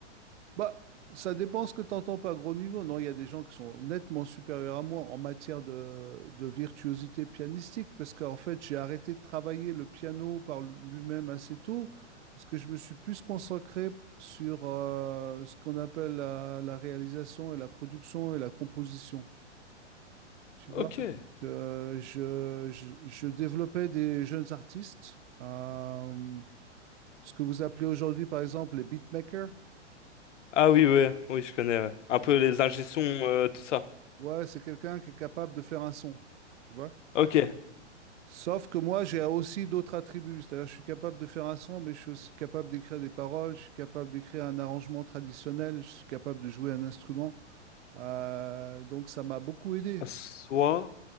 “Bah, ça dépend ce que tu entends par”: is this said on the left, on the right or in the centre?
Right